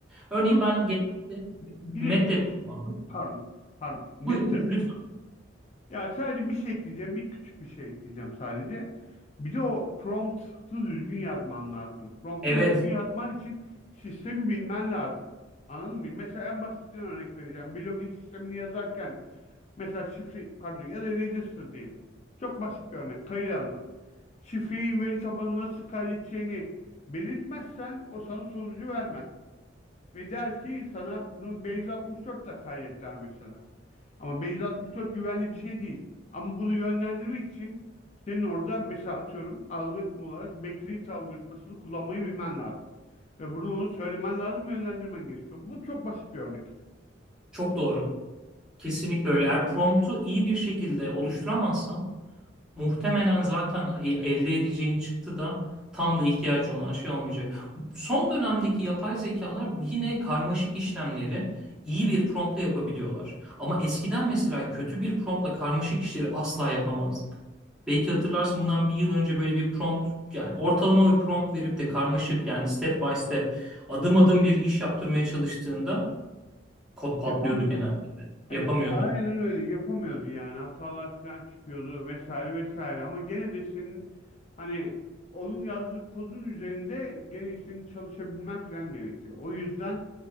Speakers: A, in the centre; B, on the left.
A: Örneğin
B: Ama
A: ben
B: bir,
A: genelde
B: bir,
A: MATLAB
B: bir de
A: kullandım.
B: Pardon. Pardon. Metle.
A: Buyur, buyur lütfen.
B: Ya sadece bir şey ekleyeceğim. Bir küçük bir şey ekleyeceğim sadece. Bir de o promptu düzgün yazman lazım. Promptu
A: Evet,
B: düzgün yazman için sistemi bilmen lazım. Anladın mı? Mesela en basitinden örnek vereceğim. Bir login sistemini yazarken mesela şifre pardon ya da register diyelim. Çok basit bir örnek. Kayıt alma. Şifreyi veri tabanına nasıl kaydedeceğini belirtmezsen o sana sonucu vermez. Ve der ki sana bunu Base 64 ile kaydet der mesela. Ama Base 64 güvenli bir şey değil. Ama bunu yönlendirmek için senin orada mesela atıyorum algoritma olarak backrift algoritmasını kullanmayı bilmen lazım. Ve bunu onu söylemen lazım, yönlendirmen gerekiyor. Bu çok basit bir örnek.
A: çok doğru. Kesinlikle öyle. Eğer promptu iyi bir şekilde oluşturamazsan muhtemelen zaten e- elde edeceğin çıktı da tam da ihtiyacın olan şey olmayacak. Son dönemdeki yapay zekalar yine karmaşık işlemleri iyi bir promptla yapabiliyorlar. Ama eskiden mesela kötü bir promptla karmaşık işleri asla yapamazdık. Belki hatırlarsın bundan bir yıl önce böyle bir prompt yani ortalama bir prompt verip de karmaşık yani step by step adım adım bir iş yaptırmaya çalıştığında kod patlıyordu
B: Yapamıyoruz.
A: genellikle.
B: Evet,
A: Yapamıyordu.
B: aynen öyle yapamıyordu yani hatalar falan çıkıyordu vesaire vesaire ama gene de senin hani onun yazdığı kodun üzerinde gene senin çalışabilmen falan gerekiyor. O yüzden